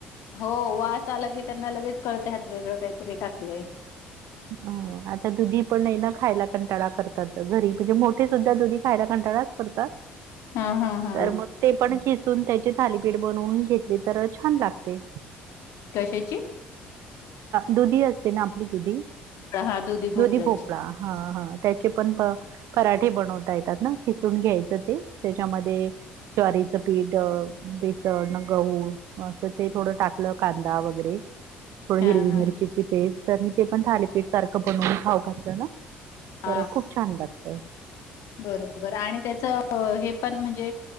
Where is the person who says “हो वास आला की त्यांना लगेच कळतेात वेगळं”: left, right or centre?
Left